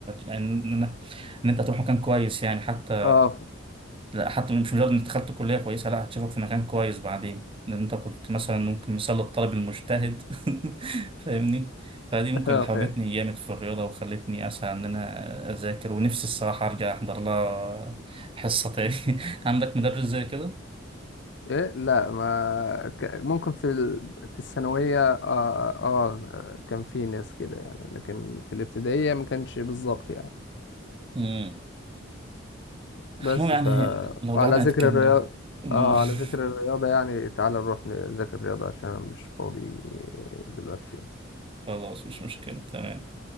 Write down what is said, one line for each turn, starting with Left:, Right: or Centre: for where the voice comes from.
Right: ان إن- إن انت هتروح مكان كويس يعني حتى
Left: اه <laughs> ف-
Right: لا حتى مش مجرد انت دخلت كلية كويسة لا هتشوفك في مكان كويس بعدين لان انت كنت مثلا ممكن مثال الطالب المجتهد <laughs> فاهمني فدي ممكن
Left: اه
Right: اللي
Left: فاهم
Right: حببتني جامد في الرياضة وخلتني اسعى ان انا اذاكر ونفسي الصراحة ارجع احضر لها حصة تاني <laughs> عندك مدرس زي كده
Left: إيه؟ لا ما ك- ممكن في ال... في الثانوية آه, آه كان في ناس كده يعني لكن في الابتدائية ما كانش بالظبط يعني
Right: مم.
Left: بس
Right: المهم يعني
Left: ف
Right: لو
Left: على
Right: قعدنا
Left: ذكر
Right: نتكلم
Left: الرياضة
Right: قول
Left: آه على
Right: <laughs>
Left: ذكر الرياضة يعني تعال نروح نذاكر الرياضة عشان أنا مش فاضي دلوقتي
Right: خلاص مش مشكلة تمام